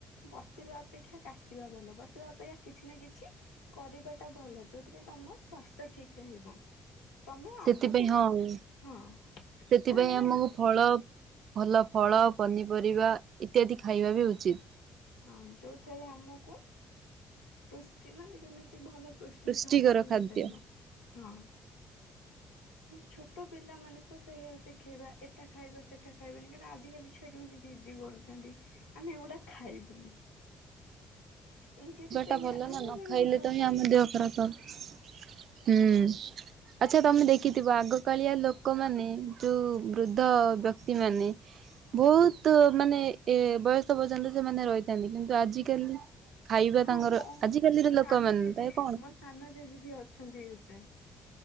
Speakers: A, on the left (about 75°); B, on the right (about 60°).
A: ବସିବା ଅପେକ୍ଷା କାଶିବା ଭଲ ବସିବା ଅପେକ୍ଷା କିଛି ନା କିଛି କରିବାଟା ଭଲ ଯେଉଁଥିପାଇଁ ତମ ସ୍ୱାସ୍ଥ୍ୟ ଠିକ ରହିବ। ତମେ
B: ସେଥିପାଇଁ
A: ଆଗକୁ
B: ହଁ ହୁଁ
A: ହଁ
B: ସେଥିପାଇଁ
A: କୁହନ୍ତି ନା
B: ଆମକୁ ଫଳ ଭଲ ଫଳ, ପନିପରିବା ଇତ୍ୟାଦି ଖାଇବା ବି ଉଚିତ୍।
A: ହଁ ଯୋଉଥରେ ଆମକୁ ପୃଷ୍ଟି ମାନେ ଯେମିତି ଭଲ ପୃଷ୍ଟି
B: ପୁଷ୍ଟିକର
A: ତମକୁ ମିଳିପାରିବ।
B: ଖାଦ୍ୟ।
A: ହଁ। ଛୋଟ ପିଲାମାନଙ୍କୁ ସେଇଆ ଶିଖେଇବା ଏଟା ଖାଇବା ସେଇଟା ଖାଇବାନି କାରଣ ଆଜିକାଲି ଛୁଆ ଯେମିତି ଜିଦ୍ଦି କରୁଛନ୍ତି ଆମେ ଏଗୁଡା ଖାଇବୁନି। ଏମିତି ଯଦି ସେଇଗୁଡା
B: ଟା ଭଲ
A: ଆମେ
B: ନା ନ
A: ବେଳରୁ
B: ଖାଇଲେ
A: ଖାଉଥିବା
B: ତ ହିଁ ଆମ ଦେହ ଖରାପ ହବ? ହୁଁ
A: ହଁ
B: ଆଚ୍ଛା ତମେ
A: ଯେମିତି
B: ଦେଖିଥିବ ଆଗ ଆଗକାଳିଆ ଲୋକମାନେ ଯୋଉ ବୃଦ୍ଧ ବ୍ୟକ୍ତିମାନେ ବହୁତ ମାନେ ଏ ବୟସ ପର୍ଯ୍ୟନ୍ତ ସେମାନେ ରହିଥାନ୍ତି। କିନ୍ତୁ ଆଜିକାଲି ଖାଇବା
A: ହଁ
B: ତାଙ୍କର
A: ମୋ
B: ଆଜିକାଲିର
A: ମୋ
B: ଲୋକମାନେ
A: ସାନ ଜେଜେ
B: ତ କଣ
A: ମୋ ସାନ ଜେଜେ ବି ଅଛନ୍ତି ଏ ଯାଏଁ।